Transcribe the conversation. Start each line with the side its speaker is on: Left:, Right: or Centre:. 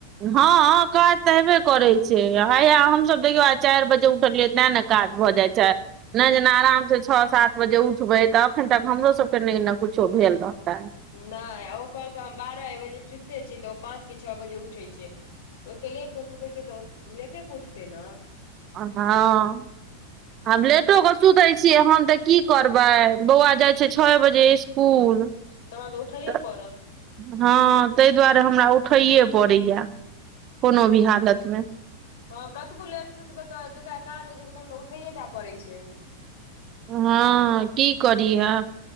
Right: हँ काज तऽ हेबे करैत छै हेयै हमसभ देखियौ आ चाइर बजे उठलियै तैँ नऽ काज भऽ जाइ छै नय जेना आराम सँ छ सात बजे उठबै तऽ अखैन तक हमरो सबके नय नऽ कुछो भेल रहतै
Left: नय ओ कहलकै हम बारह अर बजे सुत्ते छी तऽ ओ पाँच कऽ छओ बजे उठै छै तऽ ओते लेट कऽ सुतै छै तऽ लेटे कऽ उठतै नऽ
Right: अ हँ हम
Left: तऽ
Right: लेटो
Left: से
Right: कऽ सुतै छियै हम तऽ की करबै बौआ जाय छै छए बजे इस कूल
Left: तहन उठैये
Right: तऽ
Left: पड़त
Right: हँ तै दुआरे हमरा उठैए पड़ैये कोनो भी हालतमे
Left: हँ कतबो लेट सुतबै तऽ जेकरा काज होइ छै तखन तऽ उठैेये टा पड़ै छै
Right: हँ की करी आब